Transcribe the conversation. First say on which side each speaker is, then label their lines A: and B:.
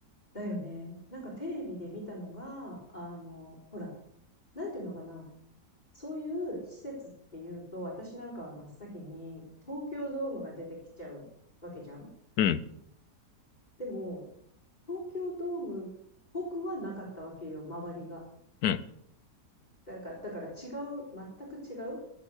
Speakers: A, on the left (about 25°); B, on the left (about 70°).
A: だよね。なんかテレビで見たのが、あの、ほら、なんていうのかな。そういう施設っていうと、私なんかは真っ先に東京ドームが出てきちゃうわけじゃん
B: うん、
A: でも、東京ドーム、僕はなかったわけよ、周りが。
B: うん、
A: だから、だから違う、全く違う